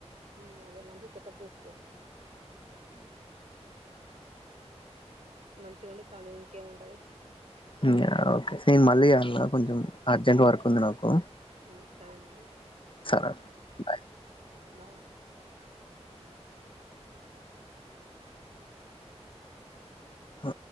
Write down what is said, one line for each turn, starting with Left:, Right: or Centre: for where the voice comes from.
Right: ఉ అదే మంచి చెకప్ చేసుకో మంచిగుంటె చాలు ఇంకేమి ఉంటాది
Left: ఇంగ ఓకే సి మళ్ళ లా కొంచం అర్జెంట్ వర్క్ంది
Right: హ్మ్.
Left: నాకు
Right: హ్మ్. సరేనండి.
Left: సరే బాయ్
Right: బయ్
Left: ఆ